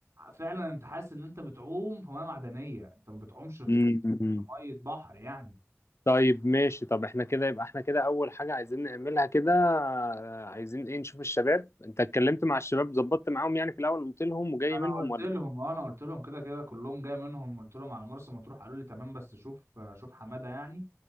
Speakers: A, on the right; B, on the left.
A: فعلا انت حاسس ان انت بتعوم في ميه معدنيه انت ما بتعومش في
B: مم، مم.
A: ميه بحر يعني
B: طيب ماشي طب احنا كده يبقى احنا كده اول حاجة عايزين نعملها كده آه، عايزين ايه نشوف الشباب انت اتكلمت مع الشباب ظبطت معاهم يعني في الاول قلت لهم وجاي
A: انا
B: منهم
A: قلت
B: ولا
A: لهم اه انا قلت لهم كده كده كلهم جاي منهم قلت لهم على مرسى مطروح قالوا لي تمام بس شوف شوف حماده يعني